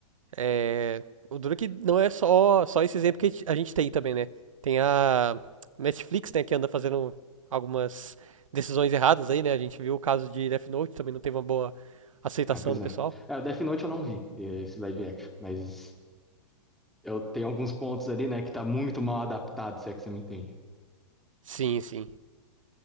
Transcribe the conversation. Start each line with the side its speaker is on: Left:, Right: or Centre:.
Right: É... O duro é que não é só, só esse exemplo que a gente- a gente tem também, né? Tem a Netflix, né, que anda fazendo algumas decisões erradas aí, né? A gente viu o caso de Death Note, também não teve uma boa aceitação
Centre: Ah, pois
Right: do
Centre: é.
Right: pessoal.
Centre: É, o Death Note eu não vi, esse live action. Mas eu tenho alguns pontos ali, né, que tá muito mal adaptado, se é que você me entende.
Right: Sim, sim.